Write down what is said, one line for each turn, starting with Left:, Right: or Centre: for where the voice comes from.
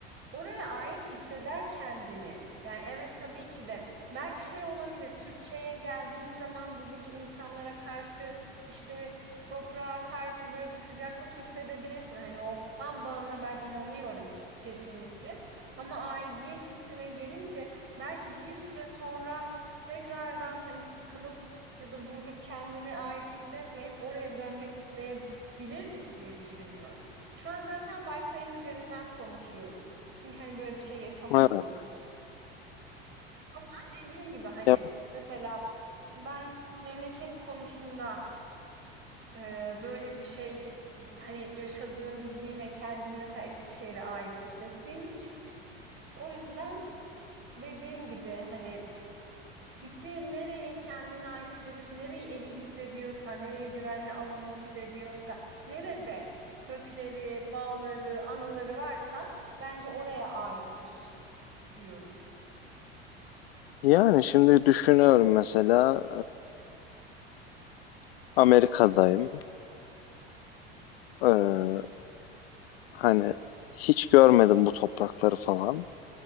Right: Oraya ait hisseder kendini. Yani evet tabii ki de belki şey olabilir. Türkiye'ye geldiğin zaman buradaki insanlara karşı işte toprağa karşı böyle bir sıcaklık hissedebilirsin. Hani o kan bağına ben inanıyorum kesinlikle. Ama aidiyet hissine gelince belki bir süre sonra tekrardan hani sıkılıp ya da burada kendine ait hissetmeyip oraya dönmek isteyebilirdik diye düşünüyorum. Şu an zaten varsayım üzerinden konuşuyoruz. Çünkü hani böyle bir şey yaşamadığımız
Left: evet.
Right: için. Ama dediğim gibi hani
Left: Ya-
Right: mesela ben memleket konusunda e, böyle bir şey hani yaşadığım, bildiğim ve kendim mesela Eskişehir'e ait hissettiğim için o yüzden dediğim gibi hani kişi nereye kendine ait hissediyorsa, nereyi evi hissediyorsa, nereye güvenli alanı hissediyorsa, nerede kökleri, bağları, anıları varsa bence oraya aittir. diyorum
Left: Yani şimdi düşünüyorum mesela e, Amerika'dayım. E, Hani hiç görmedim bu toprakları falan.